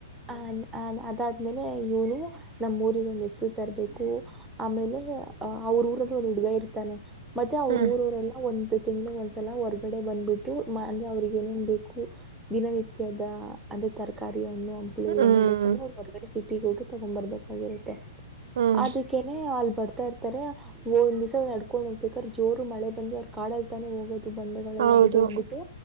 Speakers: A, in the centre; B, on the right.
A: ಆ ಅ ಅದಾದ್ಮೇಲೆ ಇವನು ನಮ್ಮ್ ಊರಿಗೆ ಒಂದು ಹೆಸರು ತರಬೇಕು ಆಮೇಲೆ ಅಹ ಅವ್ರ ಊರಲ್ಲಿ ಒಂದು ಹುಡುಗ ಇರ್ತಾನೆ ಮತ್ತೆ ಅವ್ರ
B: ಹ್ಮ್
A: ಊರರೆಲ್ಲ ಒಂದು ತಿಂಗಳ ಒಂದ್ಸಲ ಹೊರ್ಗಡೆ ಬಂದ್ಬಿಟ್ಟು ಅಂದ್ರೆ ಅವ್ರಿಗೆ ಏನೇನ್ ಬೇಕು ದಿನನಿತ್ಯದ ಅಂದ್ರೆ ತರಕಾರಿ ಹಣ್ಣು ಹಂಪ್ಲು
B: ಹ್ಮ್
A: ಏನೇ ಬೇಕ ಅ ಒ ಹೊರಗಡೆ ಸಿ ಗ <unintelligible> ಹೋಗಿ ತಗೊ ಬರ್ಬೇಕಾಗಿರುತ್ತೆ
B: ಹ್ಮ್
A: ಅದಕ್ಕೇನೆ ಅಲ್ <unintelligible> ಒಂದಿಸ ನಡ್ಕೊಂಡ್ ಹೋಗ್ಬೇಕಾದ್ರೆ ಜೋರು ಮಳೆ ಬಂದಿ ಅವ್ರ ಕಾಡಲ್ ತಾನೆ ಹೋಗೋದ ಬಂಡೆಗಳೆಲ್ಲ
B: ಹೌದು
A: ಬಿದೋಗ್ಬಿಟ್ಟು